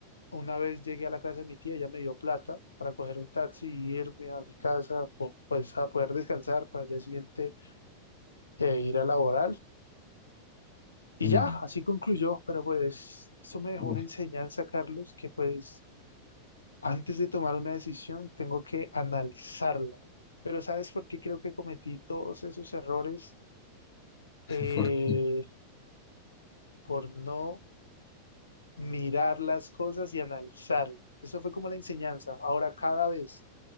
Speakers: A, on the left (about 75°); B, on the left (about 40°).
A: Una vez llegué a la casa de mi tía, ella me dio plata para coger un taxi y irme a mi casa, po- pues a poder descansar para el día siguiente eh, ir a laborar. Y
B: Uy,
A: ya, así concluyó, pero pues eso me dejó
B: uf,
A: una enseñanza, Carlos, que pues antes de tomar una decisión tengo que analizarla. Pero ¿sabes por qué creo que cometí todos esos errores?
B: <laughs>
A: Eh,
B: Porque
A: por no mirar las cosas y analizarlas. Eso fue como la enseñanza. Ahora cada vez.